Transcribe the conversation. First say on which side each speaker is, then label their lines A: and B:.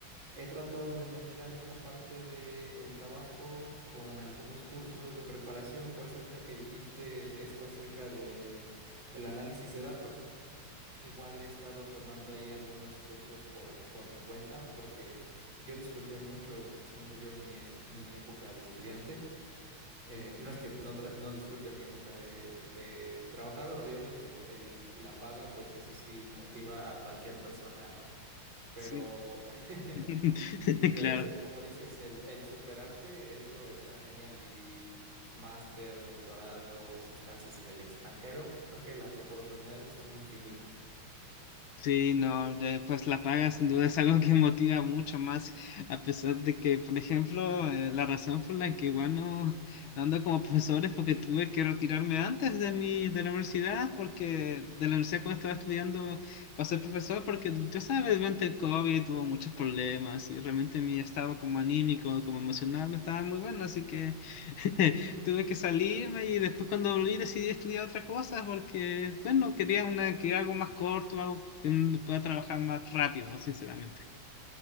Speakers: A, on the right; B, on the left.
A: he tratado de mezclar esta parte del trabajo con algunos cursos de preparación, por eso ahorita que dijiste esto acerca de el análisis de datos. Igual he estado tomando ahí algunos cursos por, por mi cuenta porque yo disfruté mucho, siento yo, mi, es- mi época de estudiante. Eh, no es que no, tra- no disfrute mi época de, de trabajador, obviamente. El, la paga, pues eso sí motiva a cualquier persona, ¿no? Pero,
B: Sí.
A: <laughs>
B: <laughs>
A: pero
B: Claro.
A: sí, como dices, el, el superarte, eso está genial. Y máster, doctorados, estancias en el extranjero, creo que las oportunidades son infinitas.
B: Sí, no, de- pues la paga sin duda es algo que motiva mucho más, a pesar de que, por ejemplo, eh, la razón por la que igual no no ando como profesor es porque tuve que retirarme antes de mi, de la universidad, porque de la universidad cuando estaba estudiando para ser profesor, porque ya sabes, durante el COVID tuvo muchos problemas y realmente mi estado como anímico, como emocional no estaba muy bueno, así que <laughs> tuve que salirme y después cuando volví decidí estudiar otra cosa porque, bueno, quería una, quería algo más corto, algo que pueda trabajar más rápido, sinceramente.